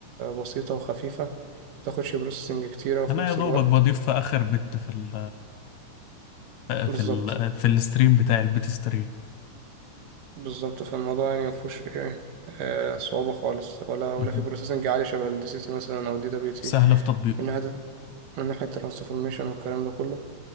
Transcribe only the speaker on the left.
انا
يا دوبك
بضيف في اخر بت في ال
في ال في الستريم بتاعي البيت ستريم
مهم.
سهل في تطبيقه